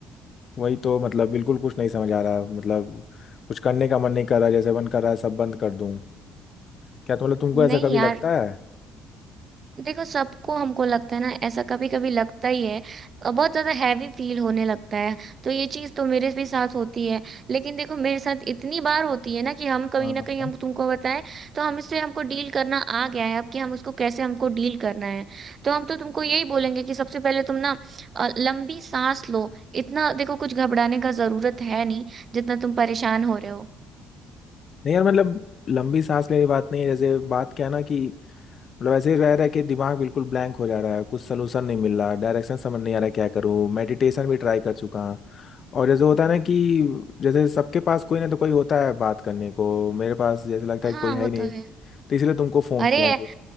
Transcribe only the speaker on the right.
नहीं
यार
देखो सबको हमको लगता है ना ऐसा कभी कभी लगता ही है अ, बहुत ज्यादा हैवी फील होने लगता है तो ये चीज तो मेरे भी साथ होती है लेकिन देखो मेरे साथ इतनी बार होती है ना कि हम कहीं
ना
कहीं हम तुमको बताएं तो हम इससे हमको डील करना आ गया है अब कि हम उसको कैसे हमको डील करना है तो हम तो तुमको यही बोलेंगे कि सबसे पहले तुम ना अ, लंबी सांस लो इतना देखो कुछ घबराने का जरूरत है नहीं जितना तुम परेशान हो रहे हो
हाँ
वो
तो
है
अरे
ऐ-